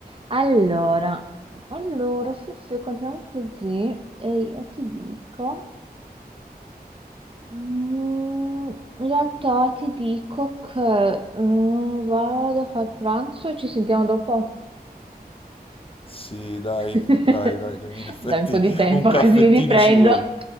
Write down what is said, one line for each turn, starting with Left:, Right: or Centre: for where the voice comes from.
Right: allora, allora, se, se continuiamo così, e io ti dico, mm, in realtà ti dico che mm, vado a far pranzo e ci sentiamo dopo.
Left: Sì, dai,
Right: <laughs>
Left: dai, dai, che in effetti
Right: Dai un po'
Left: un
Right: di tempo
Left: Poi ci caffettino
Right: così mi riprendo.
Left: ci sentiamo. vuole.